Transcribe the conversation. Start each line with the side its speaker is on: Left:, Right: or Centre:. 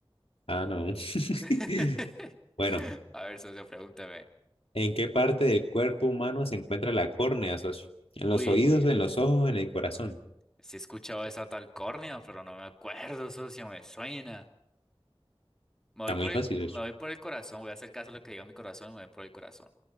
Left: Ah, no. <laughs>
Centre: <laughs>
Left: Bueno,
Centre: A ver, socio, pregúnteme.
Left: ¿en qué parte del cuerpo humano se encuentra la córnea, socio? ¿En
Centre: Uy.
Left: los oídos, en los ojos, en el corazón?
Centre: Sí he escuchado esa tal córnea, pero no me acuerdo, socio, me suena. Me
Left: Está
Centre: voy por
Left: muy
Centre: el,
Left: fácil,
Centre: me
Left: socio.
Centre: voy por el corazón, voy a hacer caso a lo que diga mi corazón y me voy por el corazón.